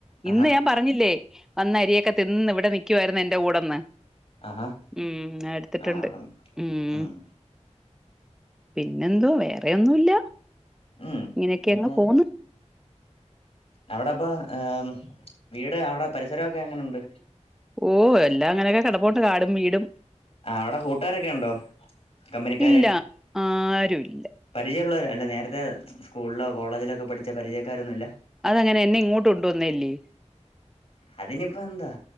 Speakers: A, on the left (about 55°); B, in the centre.
A: ആഹാ
B: ഇന്ന് ഞാൻ പറഞ്ഞില്ലേ വന്ന് അരിയൊക്കെ തിന്ന് ഇവിടെ നിൽക്കുവായിരുന്നു എന്റെ കൂടെന്ന്
A: ആഹാ
B: ഊം ആ എടുത്തിട്ടുണ്ട്
A: ആഹ് അവിടന്ന്
B: ഊം
A: ഉം
B: പിന്നെന്തോ വേറെ ഒന്നുല്ല
A: ഉം
B: ഇങ്ങനെയൊക്കെ
A: പിന്നെ
B: അങ്ങ് പോന്ന്
A: അവിടെപ്പൊ ഏഹ് വീട് അവിടെ പരിസരൊക്കെ എങ്ങനെണ്ട്
B: ഓ എല്ലാം അങ്ങനെയൊക്കെ കിടപ്പുണ്ട് കാടും വീടും
A: ആഹ് അവിടെ കൂട്ടുകാരൊക്കെ ഉണ്ടോ കമ്പനിക്കാര്
B: ഇല്യ ആരുല്ല
A: പരിചയമുള്ളവര അല്ല നേരത്തെ സ്കൂളിലോ കോളേജിലോ ഒക്കെ പഠിച്ച പരിചയക്കാരൊന്നും ഇല്ല
B: അതെങ്ങെനെ എന്നെ ഇങ്ങോട്ട് കൊണ്ടു വന്നല്ലേ
A: അതിനിപ്പം എന്താ